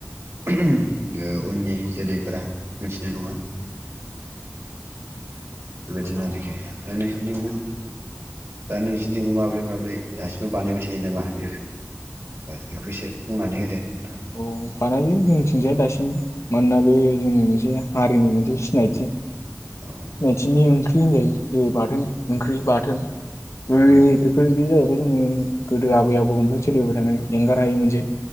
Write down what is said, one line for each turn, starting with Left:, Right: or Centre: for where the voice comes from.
Right: ओम ओ उननि। जोलैफोरा मिथिनाय नङा औ बेबायदिनो आरोखि। <unintelligible> दा नोंसिनिथिंबो माबोरै माबोरै दासिमबो बानायबाय थायो नामा <unintelligible> ओ बेखौ एसे। बुंनानै होदो। नोंथां
Left: औ बानायो जोंथिंजाय दासिमबो मानोना बे जोंनि मोनसे हारिनि मोनसे सिनायथि।
Right: औ
Left: सिनायथिनि ओंख्रि होनजायो जेरै बाथोन ओंख्रि बाथोन। <unintelligible>
Right: औ
Left: बे जोंनि गोदो आबै आबौमोनफ्राय सोलिबोबाय थानाय एंगार हायै मोनसे।